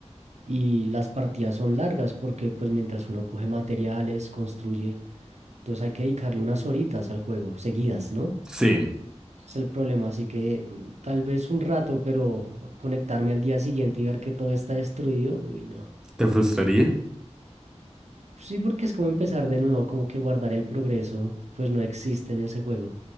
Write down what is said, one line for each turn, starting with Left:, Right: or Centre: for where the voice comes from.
Right: Y las partidas son largas porque pues mientras uno coge materiales, construye, entonces hay que dedicarle unas horitas al juego, seguidas, ¿no?
Centre: sí,
Right: Es el problema, así que mm, tal vez un rato, pero conectarme al día siguiente y ver que todo está destruido, uy, no.
Centre: ¿te frustraría?
Right: Sí, porque es como empezar de nuevo, como que guardar el progreso, pues no existe en ese juego.